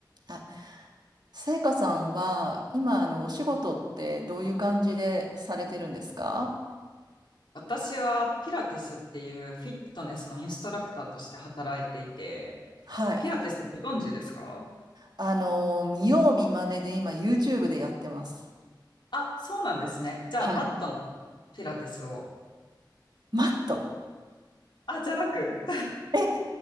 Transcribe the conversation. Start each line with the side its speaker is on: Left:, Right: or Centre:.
Right: あ、さやかさんは、今、あの、お仕事ってどういう感じでされてるんですか
Left: 私はピラティスっていうフィットネスのインストラクターとして働いていて、
Right: はい。
Left: ピラティスってご存知ですか
Right: あの、見よう見まねで今、YouTube でやってます。
Left: あ、そうなんですね。じゃあ、
Right: はい。
Left: マットのピラティスを。
Right: マット。
Left: あ、じゃなく
Right: え、